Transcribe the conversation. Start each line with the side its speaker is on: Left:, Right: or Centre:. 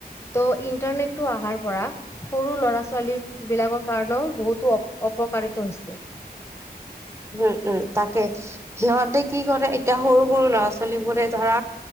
Left: ত' ইন্টাৰনেটটো অহাৰ পৰা সৰু ল'ৰা ছ ছোৱালী বিলাকৰ কাৰণেও বহুতো অ অপকাৰিত হৈছে
Right: উম, উম, তাকে সিহঁতে কি কৰে এতিয়া সৰু সৰু ল'ৰা ছোৱালী বোৰে ধৰা